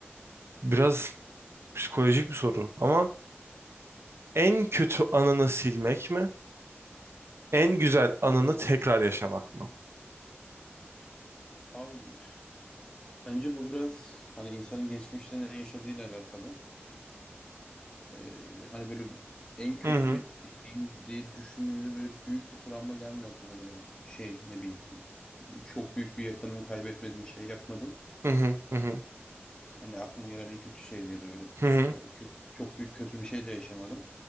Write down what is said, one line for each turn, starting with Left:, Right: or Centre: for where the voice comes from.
Right: Biraz psikolojik bir soru ama en kötü anını silmek mi? En güzel anını tekrar yaşamak mı?
Left: Abi bence bu biraz hani insanın geçmişte ne yaşadığıyla alakalı. Ee, hani böyle en kötü
Right: Hı hı,
Left: şeyim diye düşündüğümde böyle büyük bir travma gelmiyor aklıma. Hani ben şey ne bileyim çok büyük bir yakınımı kaybetmedim şey yapmadım.
Right: hı hı, hı hı,
Left: Hani aklıma gelen en kötü şey diye de böyle
Right: hı hı.
Left: ha, kötü, çok büyük kötü bir şey de yaşamadım.